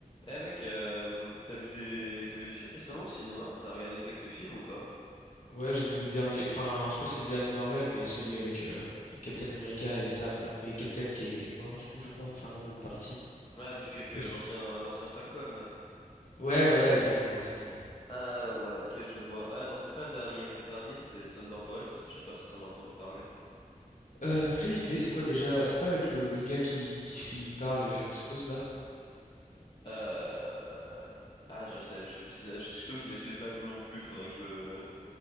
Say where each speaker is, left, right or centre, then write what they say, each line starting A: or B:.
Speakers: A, on the left (about 35°); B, on the left (about 60°).
A: Eh mec, euh, t'as vu des t'as vu des trucs récemment au cinéma? T'as regardé quelques films ou pas?
B: Ouais, j'ai vu le dernier, enfin, je sais pas si c'est le dernier Marvel, mais celui avec euh, Captain America et Sam là. Mais Captain qui est mort du coup, je crois. Enfin non, ou parti.
A: Ah, le truc avec
B: Je sais pas
A: euh,
B: si-
A: l'ancien l'ancien Falcon là.
B: Ouais, voilà, exactement, exactement.
A: Ah ouais, ok, je vois. Ah non, c'est pas le dernier. Le dernier, c'est Thunderbolts. Je sais pas si t'en as entendu parler.
B: Euh, très vite fait, c'est quoi déjà? C'est pas avec le, le gars qui, qui s'y parle et les gens explosent là?
A: Euh... Ah, je sais, je sais plus si ça- je, je t'avoue, je l'ai je l'ai pas vu non plus. Faudrait que je le